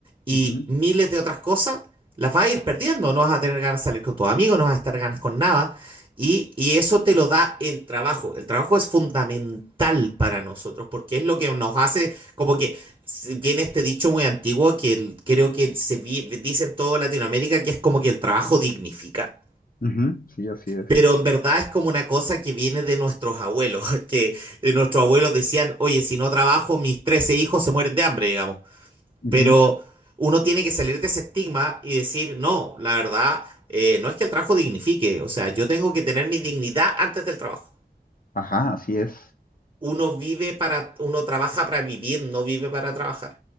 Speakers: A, on the right (about 30°); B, on the left (about 55°).
A: Y
B: ujú,
A: miles de otras cosas, las vas a ir perdiendo. No vas a tener ganas de salir con tus amigos, no vas a estar ganas con nada. Y, y eso te lo da el trabajo. El trabajo es fundamental para nosotros porque es lo que nos hace, como que s- viene este dicho muy antiguo que el- creo que se vi- dice en toda Latinoamérica que es como que el trabajo dignifica.
B: ujú, sí, así es.
A: Pero en verdad es como una cosa que viene de nuestros abuelos, <laughs> que eh, nuestros abuelos decían, oye, si no trabajo, mis 13 hijos se mueren de hambre, digamos.
B: Ujú,
A: Pero uno tiene que salir de ese estigma y decir, no, la verdad, eh, no es que el trabajo dignifique, o sea, yo tengo que tener mi dignidad antes del trabajo.
B: Ajá, así es.
A: Uno vive para, uno trabaja para vivir, no vive para trabajar.